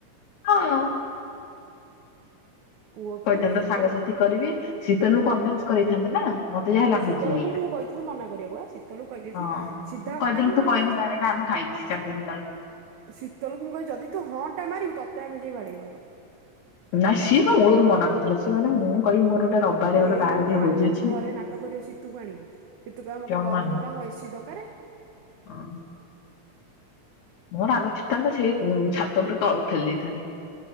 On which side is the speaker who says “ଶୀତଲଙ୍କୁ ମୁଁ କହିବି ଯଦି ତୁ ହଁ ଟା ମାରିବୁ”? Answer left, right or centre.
Right